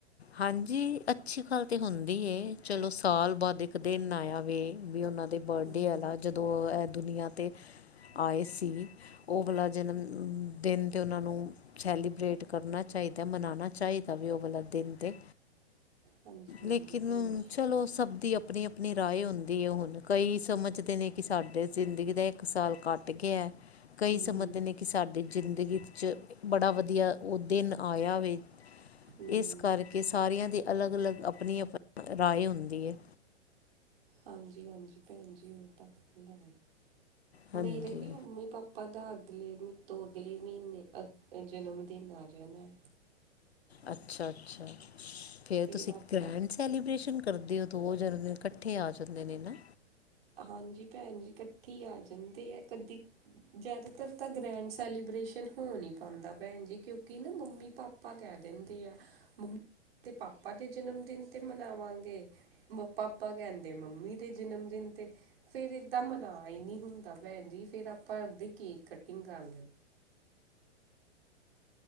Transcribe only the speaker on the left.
ਹਾਂਜੀ ਅੱਛੀ ਗੱਲ ਤੇ ਹੁੰਦੀ ਏ ਚਲੋ ਸਾਲ ਬਾਦ ਇਕ ਦਿਨ ਆਇਆ ਵੇ, ਵੀ ਓਹਨਾ। ਤੇ ਬਰਡੇ
ਆਲਾ ਜਦੋਂ ਏਹ ਦੁਨੀਆਂ ਤੇ ਆਏ ਸੀ। ਉਹ ਵਾਲਾ ਜਨਮਦਿਨ ਤੇ ਓਹਨਾ ਨੂੰ। ਸੈਲੀਬਿਰੇਟ ਕਰਨਾ ਚਾਹੀਦਾ ਮਨਾਣਾ ਚਾਹੀਦਾ ਵੇ ਉਹ ਵਾਲਾ ਦਿਨ। ਤੇ
ਲੇਕਿਨ
ਚਲੋ ਸਬਦੀ ਅਪਣੀ- ਅਪਣੀ। ਆਪਣੀ ਰਾਇ ਹੁੰਦੀ ਏ ਹੁਣ ਕਈ ਸਮਝਦੇ ਨੇ ਕੀ ਸਾਡੇ ਜਿੰਦਗੀ ਦਾ ਇਕ ਸਾਲ ਘਟ ਗਿਆ। ਕਈ
ਸਮਜਦੇ ਨੇ ਕੀ ਸਾਡੀ ਜਿੰਦਗੀ ਚ ਬੜਾ ਵਧਿਆ ਉਹ ਦਿਨ ਆਇਆ ਵੇ।
ਇਸ ਕਰਕੇ ਸਾਰਿਆਂ ਦੀ ਅਲੱਗ- ਅਲੱਗ ਆਪਣੀ- ਆਪਣੀ ਰਾਏ ਹੁੰਦੀ ਏ।
ਹਾਂਜੀ
ਅੱਛਾ- ਅੱਛਾ ਫੇਰ
ਤੁਸੀ
ਗ੍ਰੈਂਡਸ। ਸੈਲੀਬ੍ਰੇਸ਼ਨ ਕਰਦੇ ਓ ਦੋ ਜਨਮ ਦਿਨ ਕੱਠੇ ਆ ਜਾਂਦੇ ਨੇ ਨਾ।